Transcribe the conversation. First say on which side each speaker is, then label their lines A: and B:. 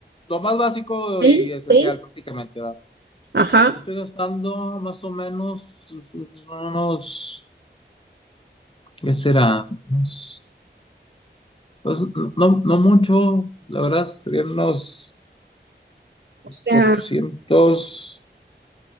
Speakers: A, on the left; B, on the right.
A: lo más básico
B: Sí,
A: y esencial
B: ¿sí?
A: prácticamente, ¿va?
B: ajá.
A: Yo Estoy gastando más o menos unos, ¿qué será? Unos- pues no, no mucho, la verdad, serían unos
B: O sea,
A: 400.